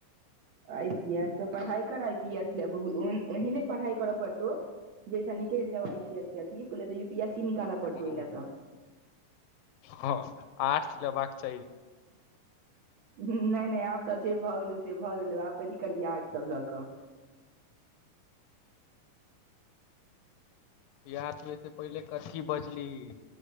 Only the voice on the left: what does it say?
ओ
हँ आर्ट्स लेबाक चाहि
याद पे पहिले कथी बजलहि